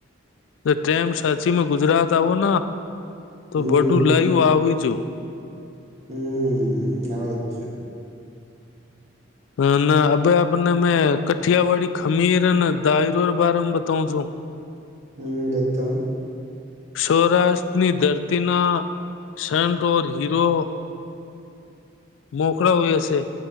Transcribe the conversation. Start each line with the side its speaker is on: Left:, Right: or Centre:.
Left: તેમ સાચીમાં ગુજરાત આવો ના. તો
Right: હમ
Left: બડું લયવું આવીજો.
Right: હમ અવે જ છે.
Left: હ અભય આપને મેં કઠિયાવાડી ખમીર અને દાયરોર બારમાં બતાવ છું.
Right: હ બતાવ.
Left: સૌરાષ્ટ્રની ધરતીના સન્ટ ઓર હીરો. મોખડા હોયાશે.